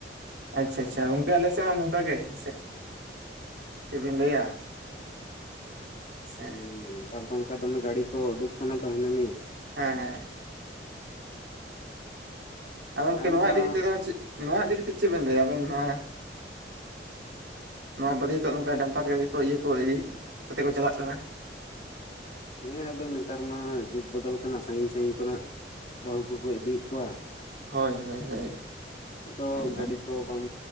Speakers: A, on the right; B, on the left.
A: ᱟᱪᱪᱷᱟ ᱟᱪᱪᱷᱟ ᱜᱚᱝᱠ ᱟᱞᱮᱥᱮᱫ ᱦᱚᱸ ᱱᱚᱝᱠᱟ ᱜᱮ ᱦᱮᱸ ᱥᱮ ᱪᱮᱫᱵᱤᱱ ᱞᱟᱹᱭᱟ ᱥᱮ ᱦᱮᱸ
B: ᱦᱩᱸ ᱱᱮᱛᱟᱨ ᱚᱱᱠᱟ ᱫᱚᱢᱮ ᱜᱟᱹᱰᱤ ᱠᱚ ᱩᱰᱩᱠᱥᱚᱱᱟ ᱛᱟᱦᱮᱱᱼᱟ
A: ᱦᱮᱸ ᱦᱮᱸ ᱟᱫᱚ ᱜᱚᱢᱠᱮ
B: ᱟᱨ
A: ᱱᱚᱣᱟ
B: ᱚᱱᱠᱟ
A: ᱤᱫᱤ ᱠᱟᱛᱮᱫ ᱫᱚ ᱱᱚᱣᱟ ᱤᱫᱤ ᱠᱟᱛᱮ ᱪᱮᱫ ᱵᱮᱱ ᱞᱟᱹᱭᱟ ᱟᱵᱤᱱ ᱱᱚᱣᱟ ᱱᱚᱣᱟ ᱵᱟᱹᱨᱭᱟᱹᱛᱚ ᱱᱚᱝᱠᱟ ᱰᱟᱢᱯᱟᱨ ᱜᱟᱹᱰᱤ ᱠᱚ ᱤᱭᱟᱹ ᱠᱚ ᱤᱫᱤ ᱠᱟᱛᱮᱫ ᱠᱚ ᱪᱟᱞᱟᱜ ᱠᱟᱱᱟ
B: ᱦᱮᱸ ᱟᱫᱚ ᱱᱮᱛᱟᱨ ᱢᱟ ᱡᱩᱜ ᱵᱚᱫᱚᱞ ᱠᱟᱱᱟ ᱥᱟᱸᱜᱤᱧ ᱥᱟᱸᱜᱤᱧ ᱠᱚᱨᱮᱱᱟᱜ ᱵᱟᱹᱦᱩ ᱠᱚ ᱠᱚ ᱤᱫᱤᱭᱮᱫ ᱠᱚᱣᱟ᱾
A: ᱦᱳᱭ ᱦᱳᱭ ᱦᱳᱭ
B: ᱛᱚ
A: ᱮᱠᱫᱚᱢ
B: ᱜᱟᱰᱤ ᱠᱚ ᱵᱟᱢ